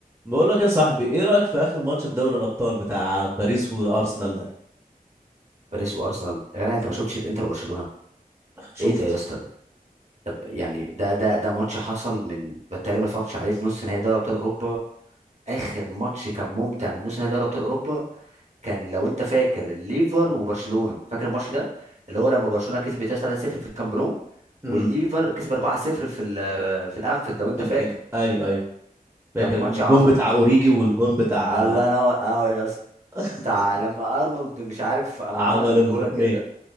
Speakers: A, on the right; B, on the right.
A: بقول لك يا صاحبي ايه رأيك في اخر ماتش في دوري الابطال بتاع باريس وارسنال ده
B: باريس وارسنال يا جدع انت ما شفتش الانتر وبرشلونه
A: شفت
B: ايه ده يا اسطى ده طب يعني ده ده ده ماتش حصل من بالتالي ما اتفرجتش عليه في نص نهائي دوري ابطال اوروبا اخر ماتش كان ممتع من نص نهائي دوري ابطال اوروبا كان لو انت فاكر الليفر وبرشلونه فاكر الماتش ده اللي هو لما برشلونه كسبت يا اسطى 3-0 في الكامب نو
A: امم
B: والليفر كسب 4-0 في ال- في الانفيلد لو انت
A: في الان
B: فاكر
A: ايوه ايوه فاكر
B: كان ماتش
A: الجون
B: عظمه
A: بتاع اوريجي والجون بتاع
B: الله ينور اه يا اسطى
A: <laughs>
B: بتاع لما ارنولد مش عارف قام
A: عمل
B: عمل الكوره
A: الركنية
B: كده